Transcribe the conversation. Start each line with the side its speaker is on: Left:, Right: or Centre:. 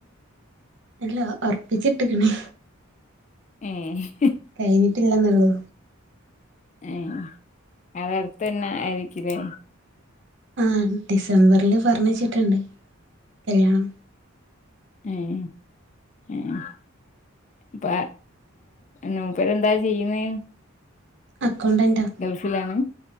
Right: ല്ല ഒർപ്പിച്ചിട്ട്ക്ക്ണേ
Left: ഏഹ്
Right: കയിഞ്ഞിട്ടില്ലന്നുള്ളൂ
Left: ഏഹ് അതടുത്തന്നെ ആയിരിക്ക്ലേ
Right: ആഹ് ഡിസംബറില് പറഞ്ഞച്ചിട്ട്ണ്ട് കല്യാണം
Left: ഏഹ് ഏഹ് അപ്പ നൂപ്പർ എന്താ ചെയ്യുന്നേ
Right: അക്കൗണ്ടന്റാ
Left: ഗൾഫിലാണ്